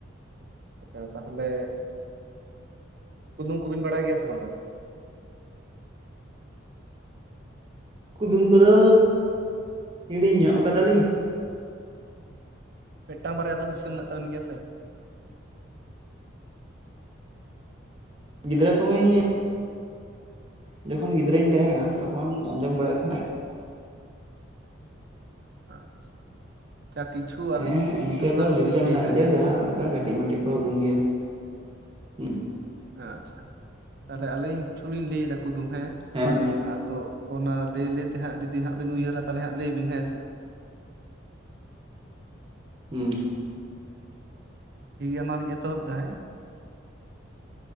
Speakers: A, on the right; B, on the right.
A: ᱟᱫᱚ ᱛᱟᱦᱚᱞᱮ ᱠᱩᱫᱩᱢ ᱠᱚᱵᱤᱱ ᱵᱟᱲᱟᱭ ᱜᱮᱭᱟ ᱥᱮ ᱵᱟᱝᱼᱟ?
B: ᱠᱩᱫᱩᱢ ᱠᱚᱫᱚ ᱦᱤᱲᱤᱧ ᱧᱚᱜ ᱟᱠᱟᱫᱟᱞᱤᱧ᱾
A: ᱢᱤᱫᱴᱟᱝ ᱵᱟᱨᱭᱟ ᱫᱚ ᱫᱤᱥᱟᱹ ᱢᱮᱱᱟᱜ ᱛᱟᱵᱚᱱ ᱜᱮᱭᱟ ᱥᱮ?
B: ᱜᱤᱫᱽᱨᱟᱹ ᱥᱩᱢᱟᱹᱭ ᱡᱚᱠᱷᱚᱱ ᱜᱤᱫᱽᱨᱟᱹᱧ ᱛᱟᱦᱮ ᱠᱟᱱᱟ ᱛᱚᱠᱷᱚᱱ ᱟᱸᱡᱚᱢ ᱵᱟᱲᱟᱭᱮᱫ ᱛᱟᱦᱮᱱᱟ᱾
A: ᱟᱪᱪᱷᱟ ᱠᱤᱪᱷᱩ
B: ᱦᱮᱸ
A: ᱟᱹᱞᱤᱧ
B: ᱤᱱᱠᱟᱹ
A: ᱠᱩᱫᱩᱢ ᱜᱟᱱ
B: ᱫᱚ ᱫᱤᱥᱟᱹ
A: ᱞᱤᱧ
B: ᱢᱮᱱᱟᱜ
A: ᱞᱟᱹᱭ ᱫᱟ
B: ᱜᱮᱭᱟ
A: ᱦᱮᱸ
B: ᱡᱟᱦᱟᱸ
A: ᱥᱮ?
B: ᱚᱱᱠᱟ ᱠᱟᱹᱴᱤᱡ ᱢᱟᱴᱤᱡ ᱠᱚ ᱩᱫᱩᱢ ᱜᱮ᱾ ᱦᱮᱸ
A: ᱟᱪᱪᱷᱟ᱾ ᱛᱟᱦᱚᱞᱮ ᱟᱹᱞᱤᱧ ᱠᱤᱪᱷᱩᱞᱤᱧ ᱞᱟᱹᱭ ᱮᱫᱟ ᱠᱩᱫᱩᱢ ᱦᱮᱸ?
B: ᱦᱮᱸ ᱢᱟ ᱞᱟᱹᱭ
A: ᱟᱫᱚ ᱚᱱᱟ ᱞᱟᱹᱭ ᱞᱟᱹᱭ ᱛᱮᱦᱟᱸᱜ ᱡᱩᱫᱤ ᱦᱟᱸᱜ ᱵᱤᱱ ᱩᱭᱦᱟᱹᱨᱟ ᱛᱟᱦᱚᱞᱮ ᱦᱟᱸᱜ ᱞᱟᱹᱭ ᱵᱤᱱ ᱦᱮᱸ ᱥᱮ᱾
B: ᱦᱩᱸ᱾
A: ᱴᱷᱤᱠ ᱜᱮᱭᱟ ᱢᱟᱞᱤᱧ ᱮᱛᱚᱦᱚᱵ ᱫᱟ ᱦᱮᱸ?